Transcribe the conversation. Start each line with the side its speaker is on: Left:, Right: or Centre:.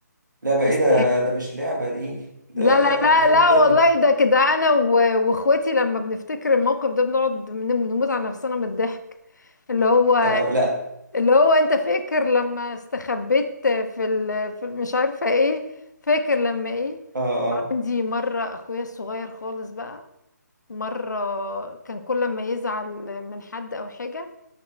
Right: لعبة ايه
Left: بس
Right: ده ده مش لعبة دي ده
Left: لا لا لا
Right: ده خب
Left: لا
Right: كده
Left: والله
Right: بي...
Left: ده كده انا و- واخواتي لما بنفتكر الموقف ده بنقعد بن- بنموت على نفسنا من الضحك اللي هو
Right: يا لهوي. لا
Left: اللي هو انت فاكر لما استخبيت في ال... في ال- مش عارفه ايه فاكر لما ايه
Right: اه اه
Left: عندي مره اخويا الصغير خالص بقى مره كان كل ما يزعل من حد او حاجه